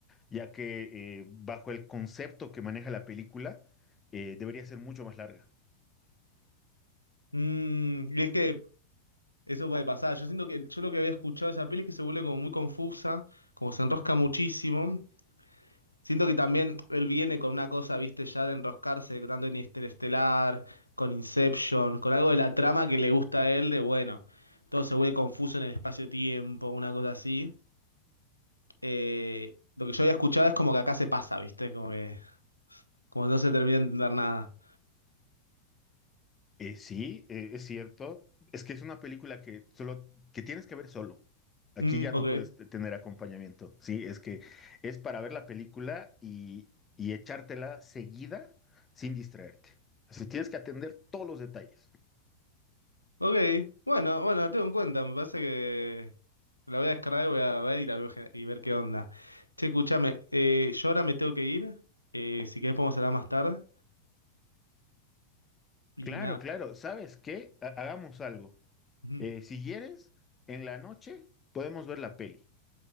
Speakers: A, on the left; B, on the left.
A: ya que eh, bajo el concepto que maneja la película, eh, debería ser mucho más larga.
B: Mm, y es que eso puede pasar. Yo siento que yo lo que había escuchado de esa peli es que se vuelve como muy confusa, como se enrosca muchísimo. Siento que también él viene con una cosa, viste, ya de enroscarse, tanto en Interestelar, con Inception, con algo de la trama que le gusta a él, de bueno, todo se vuelve confuso en el espacio-tiempo, una cosa así. Eh, lo que yo había escuchado es como que acá se pasa, viste, como que. Como no se termina de entender nada.
A: Eh, sí, eh, es cierto. Es que es una película que solo que tienes que ver solo. Aquí
B: Mm,
A: ya
B: ok.
A: no puedes te- tener acompañamiento. Sí, es que es para ver la película y, y echártela seguida sin distraerte. Así tienes que atender todos los detalles.
B: Ok. Bueno, bueno, la tengo en cuenta. Me parece que la voy a descargar y voy a ver y la veo gen- y ver qué onda. Che, escúchame. eh, yo ahora me tengo que ir. Eh, si querés podemos hablar más tarde. Y
A: Claro,
B: nada.
A: claro. ¿Sabes qué? Ha- hagamos algo.
B: Ujú.
A: Eh, si quieres, en la noche podemos ver la peli.